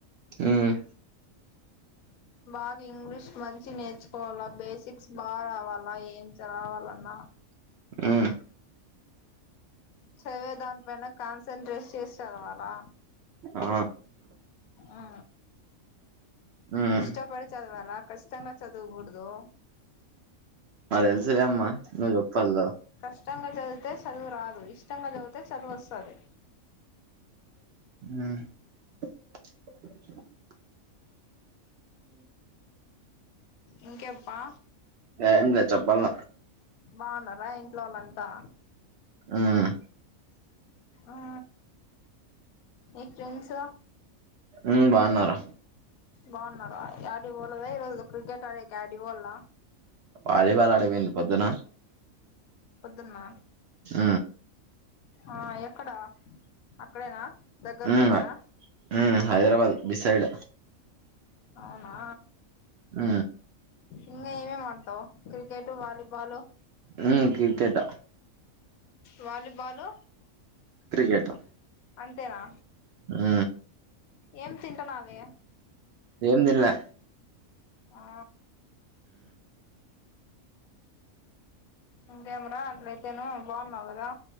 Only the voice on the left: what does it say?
బాగా ఇంగ్లీష్ మంచి నేర్చుకోవాలా బేసిక్స్ బా రావాలా ఏం చిగ రావాలన్నా
చదివేదాం పోయిన కాన్సన్ంట్రేట్ చేసి చదవాలా
ఆ
ఇష్టపడి చదవాలా కష్టంగా చదువకూడదు
కష్టంగా చదివితే చదువు రాదు ఇష్టంగా చదివితే చదువు వస్తది
ఇంకేం పా
బాగున్నారా ఇంట్లో వాళ్ళంతా
ఊ ఈ ఫ్రెండ్స్
బాగున్నారా యాటికి పోలేదా ఇరోజు క్రికెట్ ఆడేకి యాటికి పోల్ల
పొద్దున్న
ఆ ఎక్కడా అక్కడేనా దగ్గరలోనేనా
అవునా
ఇంగ ఏమేం ఆడతావ్ క్రికెట్ వాలీబాల్
వాలీబాలు
అంతేనా
ఏం తింటాన్నావే
ఆ ఇంకెమెరా అట్లయితేను బాగున్నావు కదా